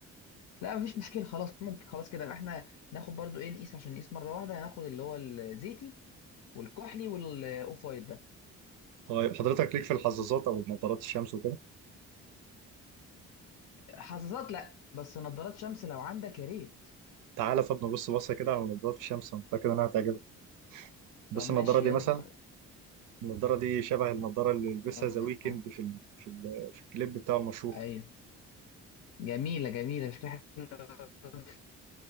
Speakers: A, on the left (about 75°); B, on the right (about 85°).
A: لا مفيش مشكله خلاص ممكن خلاص كده يبقى احنا ناخد برضه ايه نقيس عشان نقيس مره واحده هناخد اللي هو الزيتي والكحلي والاوف وايت ده.
B: طيب حضرتك ليك في الحظاظات او نظارات الشمس وكده
A: حساسات لا بس نظارات شمس لو عندك يا ريت
B: تعالى طب نبص بصه كده على نظارات الشمس انا متاكد انها هتعجبك بص
A: طب ماشي
B: النضاره دي
A: يلا
B: مثلا
A: خ-
B: النضاره دي شبه النضاره اللي لبسها
A: آه،
B: ذا ويكند في ال... في ال... في الكليب بتاع المشهور
A: ايوه جميلة جميلة شكلها حلو